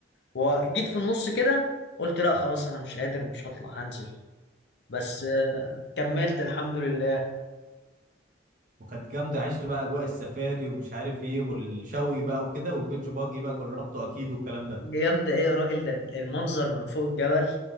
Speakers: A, on the left (about 65°); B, on the right (about 45°).
A: وجيت في النص كده قلت لا خلاص انا مش قادر مش هطلع هنزل بس آه، كملت الحمد لله
B: وكانت جامدة عشت بقى أجواء السفاري ومش عارف إيه والشوي بقى وكده والبيتش باجي بقى جربته أكيد والكلام ده
A: جامدة ايه يا راجل ده المنظر من فوق الجبل